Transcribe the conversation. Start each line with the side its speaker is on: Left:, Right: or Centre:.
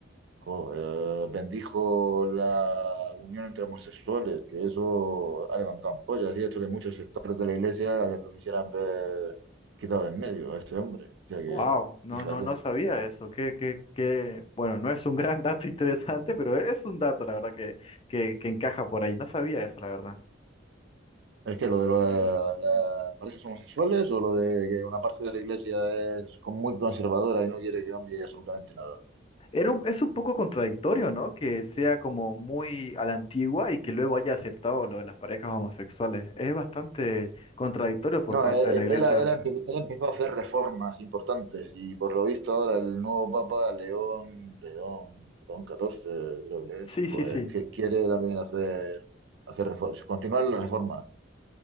Right: jo, eh, bendijo la unión entre homosexuales, que eso ha levantado ampollas y ha hecho que muchos sectores de la iglesia lo quisieran ver quitado de en medio a ese hombre. O sea que,
Left: Wow, no,
Right: fíjate.
Left: no, no sabía eso. Que, que, que, bueno, no es un gran <laughs> dato interesante, pero es un dato, la verdad, que, que, que encaja por ahí. No sabía eso, la verdad.
Right: Es que lo de, lo de la- las parejas homosexuales o lo de que una parte de la iglesia es con- muy conservadora y no quiere que cambie absolutamente nada.
Left: Era un- es un poco contradictorio, ¿no? Que sea como muy a la antigua y que luego haya aceptado lo de las parejas homosexuales. Es bastante contradictorio por
Right: No,
Left: parte
Right: eh,
Left: de la
Right: eh,
Left: iglesia.
Right: él, ha- él, ha empe- él empezó a hacer reformas importantes y por lo visto ahora el nuevo Papa, León, León, León catorce creo que es,
Left: Sí,
Right: pues
Left: sí, sí.
Right: que quiere también hacer, hacer reformas continuar las reformas.